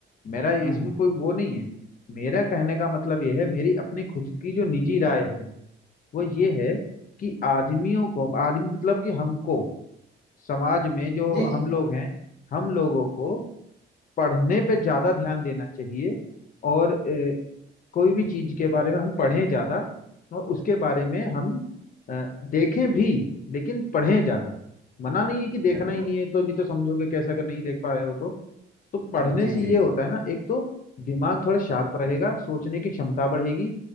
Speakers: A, on the left (about 45°); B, on the right (about 60°).
A: मेरा
B: हम्म,
A: इसमें
B: हम्म।
A: कोई वो नहीं है मेरा कहने का मतलब ये है मेरी अपनी खुद की जो निजी राय है वो ये है कि आदमियों को आदमी मतलब कि हमको समाज में जो
B: जी जी
A: हम लोग हैं हम लोगों को पढ़ने पे ज्यादा ध्यान देना चाहिए और कोई भी चीज के बारे में हम पढ़ें ज्यादा और उसके बारे में हम अ, देखें
B: जी
A: भी
B: जी
A: लेकिन पढ़ें ज्यादा मना नहीं है कि देखना
B: देखो
A: ही नहीं है तो नहीं तो समझोगे कैसे अगर नहीं देख पा रहे हो तो तो पढ़ने
B: हाँ जी
A: से
B: जी
A: ये होता
B: जी
A: है ना एक तो दिमाग थोड़ा शार्प रहेगा सोचने की क्षमता बढ़ेगी